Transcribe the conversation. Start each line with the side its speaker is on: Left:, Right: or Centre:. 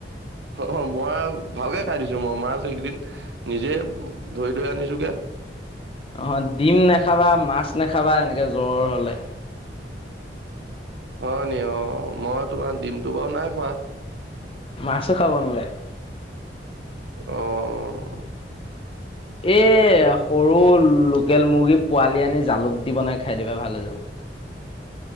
Right: অহ- হ মই ভালকে খাই দিছো মই মাছ এইকেইদিন নিজে ধৰি -ধৰি আনিছোঁগে
Left: অহ, ডিম নেখাবা, মাছ নেখাবা এনেকে জ্বৰ হলে
Right: হয়নি অহ মই তোমাৰ ডিমটো বাৰু নাই খোৱা
Left: মাছো খাব নালাগে।
Right: অহ',
Left: এই, সৰু লোকেল মুৰ্গী পোৱালি আনি জালুক দি বনাই খাই দিবা ভাল হৈ যাব।